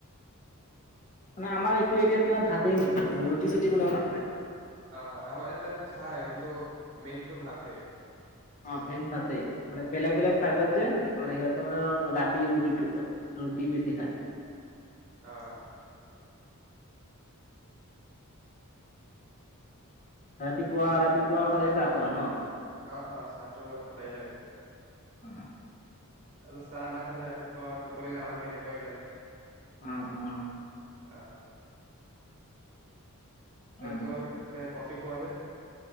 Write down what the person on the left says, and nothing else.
মানে আমাৰ এইটো এৰিয়াত মানে ভাতেই মেইন মানে ৰুটি চুটি কোনেও নাখায়
অ মেইন ভাতেই মানে বেলেগ বেলেগ
চাইডত যে মানে সিহঁতে মানে ৰাতি ৰুটি ৰুটি বেছি খায়
ৰাতিপুৱা ৰাতিপুৱা সদায় চাহ খোৱা ন
অ
অ অ
অ